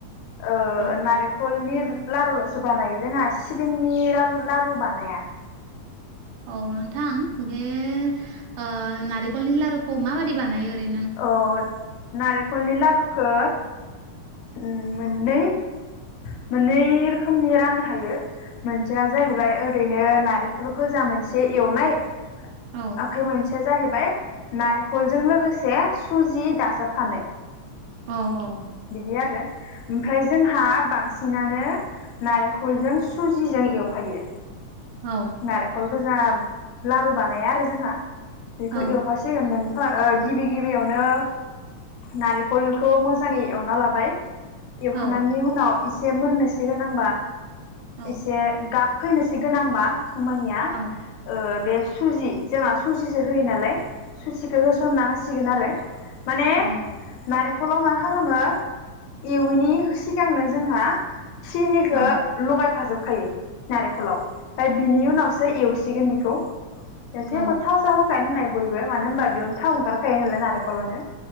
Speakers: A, on the left (about 75°); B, on the right (about 85°).
A: ओ
B: औ
A: नारेंखलनि लारुल'सो बानायो जोंहा सिबिंनि रालु लारु बानाया।
B: औ नोंथां बे ओ नारिखलनि लारुखौ माबादि बानायो ओरै
A: औ नारिखलनि लारुखो उम मोद ननै मोननै रोखोमनि राननो हायो। मोनसेया जाहैबाय
B: औ
A: ओरैन नो नारिखल' गोजा मोनसे एवनाय। आ
B: औ
A: फाय मोन से जाहैबाय नारेखलजों लोगोस से सुजि दाजाबफानाय।
B: औ औ।
A: बिदि आरो ओमफ्राय जोंहा बांसिन सिनानो नारेंखलजों सुजिजों एवफायो।
B: औ
A: नारेखल गोजाम लारु बानाया आरो जोंहा। बेखौ
B: औ
A: एवफासिगोनमोन ओ ओ गिबि गिबियावनो नारेंखलखौ मोजाङै एवना लाबाय। एवखांनानै
B: औ
A: उनाव इसे मोननोसिगोनांबा
B: औ
A: इसे गाब फैनोसिगोनांबा खामानिया
B: औ
A: ओ बे सुजि जोंहा सुजिसो होयो नालाय सुसिखो होसनना होस सिगोन आरो माने
B: औ
A: नारेख खल' मा खालामो? एवैनि सिगांनो जोंहा सिनिखो
B: औ
A: लगायफाजोब खायो। नारेखलाव ओमफ्राय बिनि उनावस सो एवसिगोन बिखौ। एथाय
B: औ
A: खथा साब <unintelligible> होननाय बयबो मानो होनबा बेयावनो थाव ओंखार खायो नालाय नारेखलावनो।